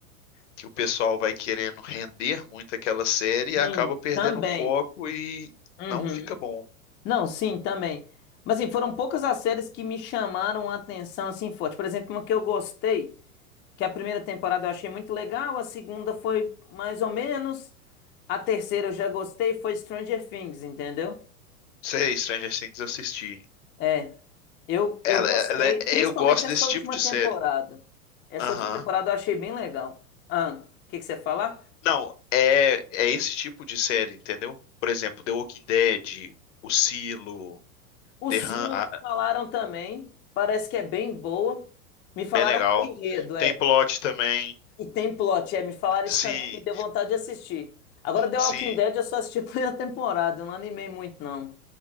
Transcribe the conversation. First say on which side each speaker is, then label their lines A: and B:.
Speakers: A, on the left (about 55°); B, on the left (about 25°).
A: Que o pessoal vai querendo render muito aquela série e
B: Sim,
A: acaba perdendo
B: também.
A: o foco e
B: Uhum.
A: não fica bom.
B: Não, sim, também. Mas assim, foram poucas as séries que me chamaram a atenção assim forte. Por exemplo, uma que eu gostei, que é a primeira temporada eu achei muito legal, a segunda foi mais ou menos, a terceira eu já gostei, foi Stranger Things, entendeu?
A: Sei, Stranger Things eu assisti.
B: É, eu, eu
A: Ela-
B: gostei,
A: ela é-
B: principalmente
A: eu gosto
B: essa
A: desse
B: última
A: tipo de
B: temporada.
A: série.
B: Essa
A: Aham.
B: última temporada eu achei bem legal. Ah, o que que você ia falar?
A: Não, é, é esse tipo de série, entendeu? Por exemplo, The Walking Dead, O Silo,
B: O
A: The
B: Silo
A: Hun- ah,
B: me falaram também, parece que é bem boa. Me falaram
A: bem legal.
B: o enredo, é.
A: Tem plot também.
B: E tem plot, é, me falaram
A: Sim,
B: isso também, me deu vontade de assistir. Agora, The
A: sim.
B: Walking Dead eu só assisti a primeira <laughs> temporada, eu não animei muito, não.